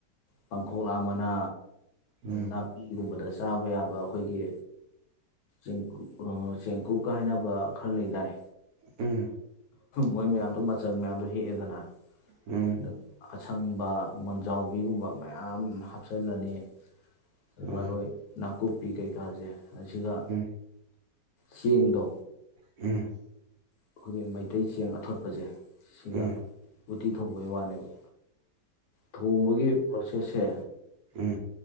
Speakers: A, on the left; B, on the right.
A: ꯄꯥꯡꯈꯣꯛꯂꯥ ꯑꯃꯅꯥ
B: ꯎꯝ
A: ꯅꯥꯄꯤꯒꯨꯝꯕꯗ ꯆꯥꯕ ꯌꯥꯕ ꯑꯩꯈꯣꯏꯒꯤ ꯦꯡ ꯆꯦꯡꯀꯨꯞꯀ ꯍꯥꯏꯅꯕ ꯈꯔ ꯂꯩꯗꯥꯏ
B: ꯎꯝ
A: ꯃꯣꯏ ꯃꯌꯥꯝꯗꯣ ꯃꯆꯜ ꯃꯌꯥꯝꯗꯣ ꯍꯦꯛꯑꯦꯗꯅ
B: ꯎꯝ
A: ꯑꯗ ꯑꯁꯪꯕ ꯃꯣꯟꯖꯥꯎꯕꯤꯒꯨꯝꯕ ꯃꯌꯥꯝ ꯍꯥꯞꯆꯤꯜꯂꯅꯤ ꯑꯗꯨ
B: ꯑꯣ
A: ꯃꯔꯔ ꯑꯣꯏꯣꯏ ꯅꯥꯀꯨꯞꯄꯤ ꯀꯩꯀꯥꯁꯦ ꯑꯁꯤꯒ
B: ꯎꯝ
A: ꯆꯦꯡꯗꯣ
B: ꯎꯝ
A: ꯑꯩꯈꯣꯏꯒꯤ ꯃꯩꯇꯩ ꯆꯦꯡ ꯑꯊꯣꯠꯄꯁꯦ ꯁꯤꯒ
B: ꯎꯝ
A: ꯎꯇꯤ ꯊꯣꯡꯕꯒꯤ ꯋꯥꯅꯦꯕ ꯊꯣꯡꯕꯒꯤ ꯄ꯭ꯔꯣꯁꯦꯁꯁꯦ
B: ꯎꯝ